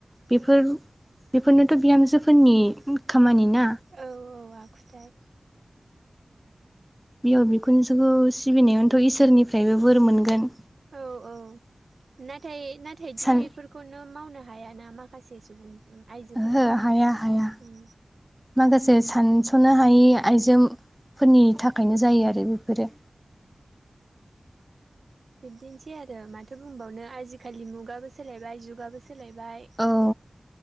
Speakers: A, in the centre; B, on the right (about 75°).
A: बेफोर
B: औ
A: नोथ' बिहामजोफोरनि खामानि ना
B: औ औ आखुथाय
A: बिहाव बिखुनजोखौ सिबिनायावथ' इसोरनिफ्रायबो बोर मोनगोन
B: औ औ नाथाय नाथाय दि
A: सान
B: बेफोरखौनो मावनो हायाना माखासे सुबुं आइजोफोरा
A: ओहो हाया हाया
B: उम
A: माखासे सान सानस'नो हायि आइजोफोरनि थाखायनो जायो आरो बेफोरो।
B: बिबदिनोसै आरो माथो बुंबावनो आजिखालि मुगाबो सोलायबाय जुगाबो सोलायबाय।
A: औ